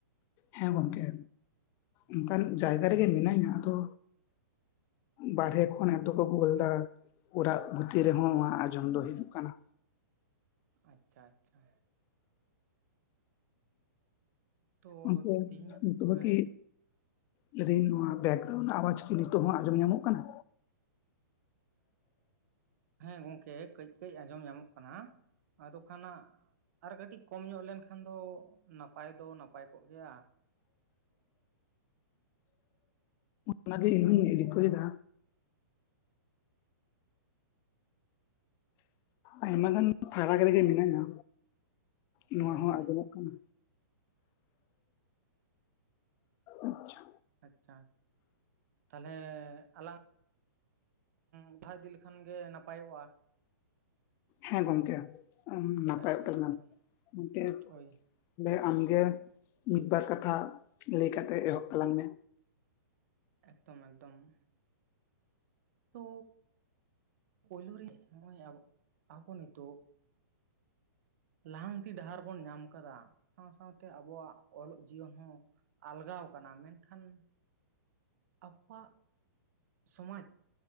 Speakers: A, on the left; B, on the right.
A: ᱦᱮᱸ ᱜᱚᱢᱠᱮ, ᱚᱱᱠᱟᱱ ᱡᱟᱭᱜᱟ ᱨᱮᱜᱮ ᱢᱤᱱᱟᱹᱧᱟ ᱟᱫᱚ ᱵᱟᱨᱦᱮ ᱠᱷᱚᱱ ᱮᱛᱚ ᱠᱚ ᱜᱳᱞᱮᱫᱟ ᱾ ᱚᱨᱟᱜ ᱵᱷᱤᱛᱤᱨ ᱨᱮᱦᱚᱸ ᱱᱚᱶᱟ ᱟᱸᱡᱚᱢ ᱫᱚ ᱦᱤᱡᱩᱜ ᱠᱟᱱᱟ᱾
B: ᱟᱪᱪᱷᱟ ᱟᱪᱪᱷᱟ ᱛᱚ
A: ᱚᱱᱛᱮ
B: ᱛᱤᱦᱤᱧᱟᱜ
A: ᱡᱚᱛᱚ ᱵᱟᱠᱤ
B: ᱦᱮᱸ
A: ᱞᱟᱹᱭ ᱫᱤᱧ ᱱᱚᱣᱟ ᱵᱮᱠᱜᱨᱟᱣᱩᱱ ᱨᱮᱱᱟᱜ ᱟᱣᱟᱡᱽ ᱠᱤ ᱱᱤᱛᱚᱜ ᱦᱚᱸ ᱟᱸᱡᱚᱢ ᱧᱟᱢᱚᱜ ᱠᱟᱱᱟ᱾
B: ᱦᱮᱸ ᱜᱚᱝᱠᱮ ᱠᱟᱹᱡ ᱠᱟᱹᱡ ᱟᱸᱡᱚᱢ ᱧᱟᱢᱚᱜ ᱠᱟᱱᱟ, ᱟᱫᱚ ᱠᱷᱟᱱ ᱦᱟᱸᱜ ᱟᱨ ᱠᱟᱴᱤᱡ ᱠᱚᱢ ᱧᱚᱜ ᱞᱮᱱᱠᱷᱟᱱ ᱫᱚ ᱱᱟᱯᱟᱭ ᱫᱚ ᱱᱟᱯᱟᱭ ᱠᱚᱜ ᱜᱮᱭᱟ᱾
A: ᱚᱱᱟ ᱜᱮ ᱤᱧ ᱦᱩᱧ ᱨᱤᱠᱟᱹᱭᱮᱫᱟ᱾ ᱟᱭᱢᱟ ᱜᱟᱱ ᱯᱷᱟᱨᱟᱠ ᱨᱮᱜᱮ ᱢᱤᱱᱟᱹᱧᱟ ᱱᱚᱣᱟ
B: ᱦᱳᱭ
A: ᱦᱚᱸ
B: ᱦᱳᱭ
A: ᱟᱸᱡᱚᱢᱚᱜ ᱠᱟᱱᱟ᱾ ᱟᱪᱪᱷᱟ
B: ᱟᱪᱪᱷᱟ ᱛᱟᱞᱦᱮ ᱟᱞᱟᱝ ᱚᱫᱷᱟ ᱤᱫᱤ ᱞᱮᱠᱷᱟᱱ ᱜᱮ ᱱᱟᱯᱟᱭᱚᱜ-ᱟ᱾
A: ᱦᱮᱸ ᱜᱚᱝᱠᱮ ᱚᱸ ᱱᱟᱯᱟᱭᱚᱜ
B: ᱮᱠᱫᱚᱢ
A: ᱛᱟᱞᱟᱝᱟ
B: ᱮᱠᱫᱚᱢ
A: ᱚᱱᱛᱮ
B: ᱳᱭ
A: ᱛᱟᱞᱦᱮ ᱟᱢ ᱜᱮ ᱢᱤᱫ ᱵᱟᱨ ᱠᱟᱛᱷᱟ ᱞᱮᱭ ᱠᱟᱛᱮᱜ ᱮᱦᱚᱵ ᱛᱟᱞᱟᱝ ᱢᱮ᱾
B: ᱮᱠᱛᱚᱢ ᱮᱠᱫᱚᱢ᱾ ᱛᱚ ᱯᱳᱭᱞᱳ ᱨᱮ ᱦᱚᱸᱜ-ᱚᱭ ᱟᱵᱚᱜ ᱟᱵᱚ ᱱᱤᱛᱳᱜ ᱞᱟᱦᱟᱱᱛᱤ ᱰᱟᱦᱟᱨ ᱵᱚᱱ ᱧᱟᱢ ᱠᱟᱫᱟ ᱥᱟᱶ ᱥᱟᱶᱛᱮ ᱟᱵᱚᱣᱟᱜ ᱚᱞᱚᱜ ᱡᱤᱭᱚᱱ ᱦᱚᱸ ᱟᱞᱜᱟᱣ ᱠᱟᱱᱟ ᱢᱮᱱᱠᱷᱟᱱ <unintelligible> ᱥᱚᱢᱟᱡᱽ,